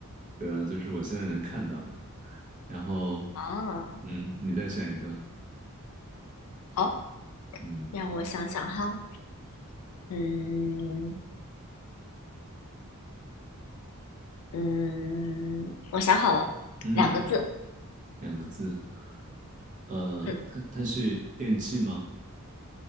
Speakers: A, on the right; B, on the left.
A: 对啊，就是我现在能看到的。然后，
B: <laughs> 啊。
A: 嗯，你再选一个，
B: 好，
A: 嗯
B: 让我想想哈，嗯嗯，我想好了，
A: 嗯，
B: 两个字，
A: 两个字。呃，
B: 嗯，
A: 它它是电器吗？